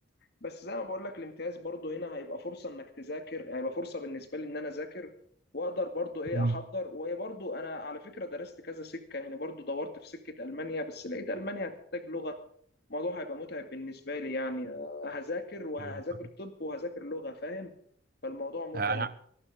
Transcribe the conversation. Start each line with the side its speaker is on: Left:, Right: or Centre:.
Left: بس زي ما بقول لك الامتياز برضو هنا هيبقى فرصه انك تذاكر يعني هيبقى فرصه بالنسبه لي ان انا اذاكر واقدر برضو ايه
Right: مم.
Left: احضر وبرضو انا على فكره درست كذا سكه يعني برضو دورت في سكه المانيا بس لقيت المانيا هتحتاج لغه الموضوع هيبقى متعب بالنسبه لي يعني آه، هذاكر وهذاكر
Right: أيوة فاهم.
Left: طب وهذاكر لغه فاهم فالموضوع متعب
Right: انا